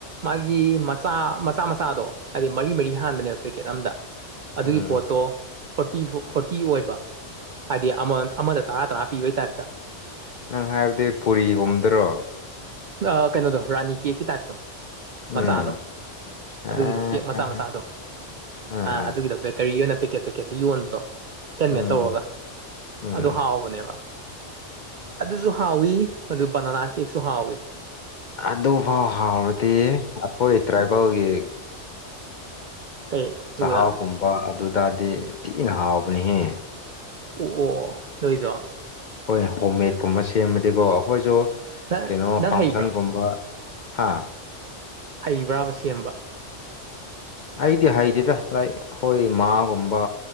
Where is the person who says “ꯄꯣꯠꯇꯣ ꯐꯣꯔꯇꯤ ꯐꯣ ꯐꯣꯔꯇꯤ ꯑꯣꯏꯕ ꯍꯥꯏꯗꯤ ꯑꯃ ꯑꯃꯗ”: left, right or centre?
Right